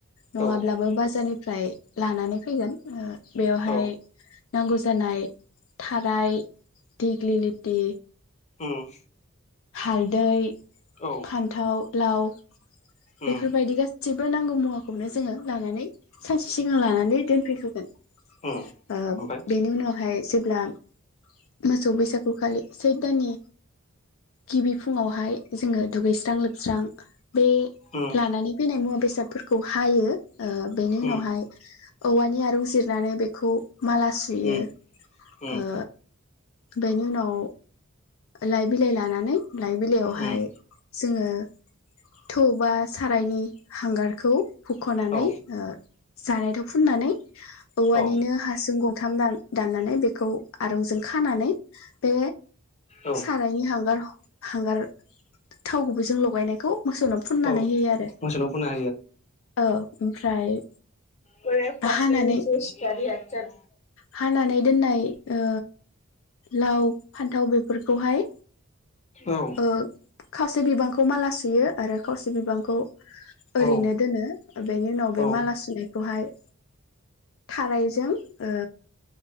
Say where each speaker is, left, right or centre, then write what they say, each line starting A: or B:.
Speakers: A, on the left; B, on the left.
A: नङाब्लाबो
B: औ
A: बाजारनिफ्राय लानानै फैगोन ओ बेवहाय
B: औ
A: नांगौ जानाय थाराय दिग्लिलिटि
B: उम
A: हालदै
B: औ
A: फान्थाव लाव
B: उम
A: बेफोरबायदि गास जेबो नांगौ मुवाखौनो जोङो लानानै सानसे सिगां लानानै दोनफैग्रोगोन। ओ
B: उम ओमफ्राय
A: बेनि उनावहाय जेब्ला मोसौ बैसागुखालि सैद दानि गिबि फुङावहाय जोङो दुगैस्रां लोबस्रां बे
B: उम
A: लानानै फैनाय मुवा बेस बेसादफोरखौ हायो ओ बेनि उनावहाय
B: उम
A: औवानि आरुं जिरनानै बेखौ माला सुयो
B: उम
A: ओ।
B: उम
A: बेनि उनाव लाइ बिलाइ लानानै लाइ बिलाइयावहाय
B: उम
A: जोङो थौबा सारायनि हांगारखौ हुख'नानै
B: औ
A: ओ जानाय थाव फुननानै औवानिनो
B: औ
A: हासुं गंथाम दान दाननानै बेखौ आरंजों खानानै बे
B: औ
A: सारायनि हांगार हांगार थाव गुबैजों लगायनायखौ मोसौनाव फुननानै
B: औ
A: होयो आरो
B: मोसौनाव फुनना
A: ओ। ओमफ्राय
B: गराय बाख्रिनिसो
A: हानानै
B: सिखारिया जार
A: हानानै दोननाय ओ लाव फान्थाव बेफोरखौहाय
B: औ
A: ओ खा मासे बिबांखौ मालासो सु सुयो आरो खावसे बिबांखौ ओरैनो
B: औ
A: दोनो बेनि उनाव बे
B: औ
A: माला सुनायखौहाय थारायजों ओ